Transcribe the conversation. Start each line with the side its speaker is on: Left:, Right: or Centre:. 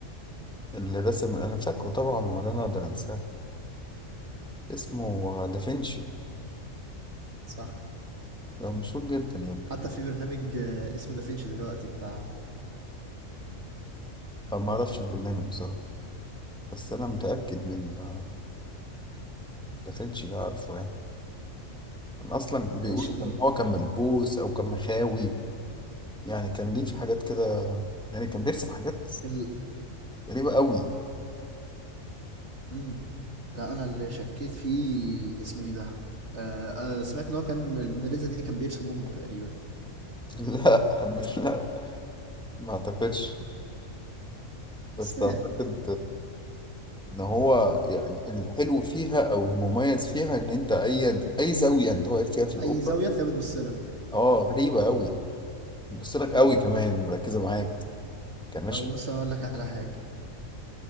Centre: اللي رسم أنا فاكره طبعا ولا أنا أقدر أنساه اسمه دافنشي
Right: صح
Centre: ده مشهور جدا يا ابني
Right: حتى في برنامج آه، اسمه دافينشي دلوقتي بتاع
Centre: أنا ما أعرفش البرنامج بصراحة بس أنا متأكد من ده- دافنشي ده عارفه يعني أنا أصلا بيقولوا
Right: الشدور
Centre: كان هو كان ملبوس أو كان مخاوي يعني كان ليه في حاجات كده يعني كان بيرسم حاجات
Right: ال...
Centre: غريبة قوي
Right: مم. لا انا اللي شكيت فيه اسمه ايه ده آه آه سمعت ان هو كان الموناليزا دي كان بيرسم امه تقريبا
Centre: <laughs> لا حب لا ما أعتقدش بس
Right: سمعت
Centre: أعتقد ان هو يعني الحلو فيها او المميز فيها ان انت اي اي زاويه انت واقف فيها في الاوضه
Right: اي زاويه تلاقيها بتبص لك
Centre: اه غريبه قوي بتبص لك قوي كمان مركزه معاك كان ماشي
Right: طب بص انا اقول لك على حاجه